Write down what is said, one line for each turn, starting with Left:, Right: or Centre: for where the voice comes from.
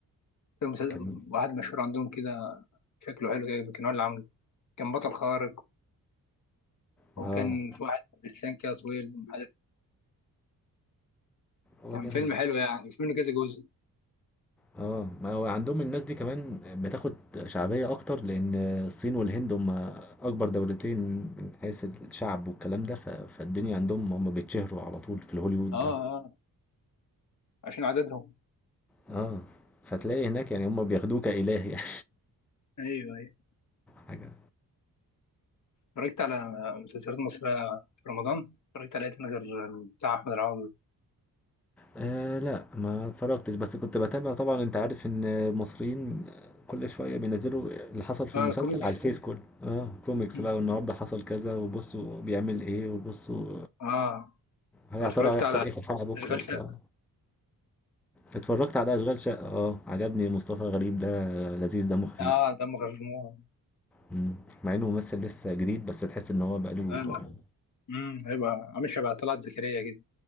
Left: فيلم مسلسل
Centre: كان
Left: واحد مشهور عندهم كده شكله حلو كده كان هو اللي عامله كان بطل خارق
Centre: اه
Left: وكان في واحد بلسان كده طويل مش عارف
Centre: هو
Left: كان
Centre: ده
Left: فيلم حلو يعني في منه كذا جزء
Centre: اه ما هو عندهم الناس دي كمان بتاخد شعبية أكتر لأن الصين والهند هم أكبر دولتين من حيث الشعب والكلام ده ف... فالدنيا عندهم هم بيتشهروا على طول في الهوليوود
Left: اه
Centre: ده
Left: اه عشان عددهم
Centre: اه فتلاقي هناك يعني هم بياخدوه كإله يعني
Left: ايوه أيوة.
Centre: <laughs> حاجة
Left: اتفرجت على مسلسلات مصرية في رمضان اتفرجت على ايه نظر بتاع أحمد العوضي
Centre: آه لا ما اتفرجتش بس كنت بتابع طبعا انت عارف ان المصريين كل شوية بينزلوا اللي حصل في
Left: اه
Centre: المسلسل
Left: كوميكس
Centre: على الفيس كله اه كوميكس
Left: مم.
Centre: بقى والنهاردة حصل كذا وبصوا بيعمل ايه وبصوا
Left: اه
Centre: يا
Left: طب اتفرجت
Centre: ترى هيحصل
Left: على
Centre: ايه في الحلقة بكرة
Left: أشغال
Centre: وبتاع
Left: شقة
Centre: اتفرجت على أشغال شقة اه عجبني مصطفى غريب ده لذيذ دمه خفيف
Left: اه دمه خفيف موت
Centre: مم. مع انه ممثل لسه جديد بس تحس ان هو بقاله
Left: لا لا
Centre: اه
Left: امم هيبقى عامل شبه طلعت زكريا كده